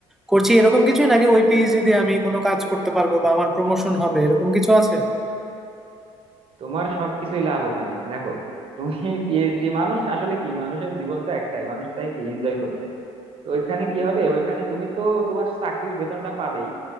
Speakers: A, in the centre; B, on the right.
A: করছি এরকম কিছুই নাকি ওই পিএইচডি দিয়ে আমি কোনো কাজ করতে পারবো বা আমার প্রমোশন হবে এরকম কিছু আছে
B: তোমার সবকিছুই লাভ ওখানে দেখো তুমি পিএইচডি মানুষ আসলে কি মানুষের জীবন তো একটাই মানুষ চাই কি এনজয় করতে তো ওইখানে কি হবে ওইখানে তুমি তো তোমার চাকরির বেতনটা পাবেই